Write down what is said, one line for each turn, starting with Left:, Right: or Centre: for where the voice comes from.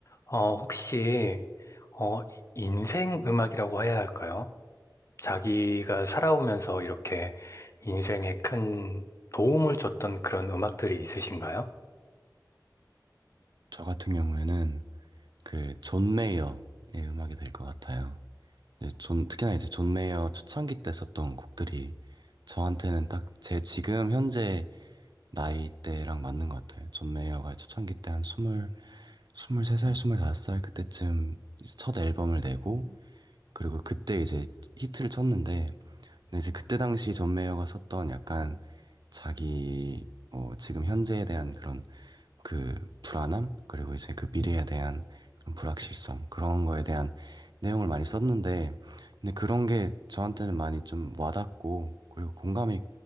Left: 어, 혹시, 어, 인생 음악이라고 해야 할까요? 자기가 살아오면서 이렇게 인생에 큰 도움을 줬던 그런 음악들이 있으신가요?
Right: 저 같은 경우에는 그 존 메이어의 음악이 될 것 같아요. 이제 존, 특히나 이제 존 메이어 초창기 때 썼던 곡들이 저한테는 딱 제 지금 현재 나이대랑 맞는 것 같아요. 존 메이어가 초창기 때 한 스물, 스물세 살, 스물다섯 살 그때쯤 이제 첫 앨범을 내고 그리고 그때 이제 히트를 쳤는데 근데 이제 그때 당시 존 메이어가 썼던 약간 자기 뭐 지금 현재에 대한 그런 그 불안함 그리고 이제 그 미래에 대한 그런 불확실성 그런 거에 대한 내용을 많이 썼는데 근데 그런 게 저한테는 많이 좀 와닿고 그리고 공감이